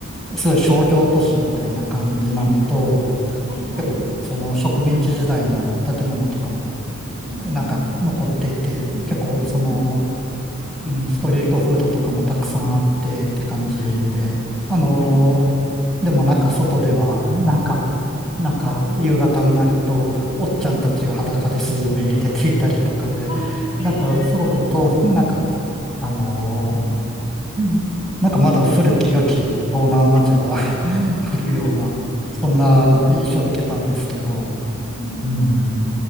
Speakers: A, in the centre; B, on the left.
A: すごい商業都市みたいな感じなのと、
B: はい、はい、はい、はい。
A: 結構その植民地時代の建物とかも
B: うん、
A: なんか残っていて、
B: うん、
A: 結構その、
B: うん、うん。
A: うん、ストリートフードとかもたくさんあってって感じで、
B: はい、はい、
A: あのー
B: はい。
A: でもなんか外では、なんか、なんか夕方になると、おっちゃんたちが裸でスズメに出ていたりとかで、
B: ああ、
A: なんかすごくと、
B: ええ
A: なんか、あの
B: ー <laughs>
A: ーうんなんかまだ古き良き東南アジアが
B: はい。
A: <laughs> あるような、
B: <laughs>
A: そんな印象を受けたんですけど、
B: はい。うん、うん、
A: うん。
B: うん、うん。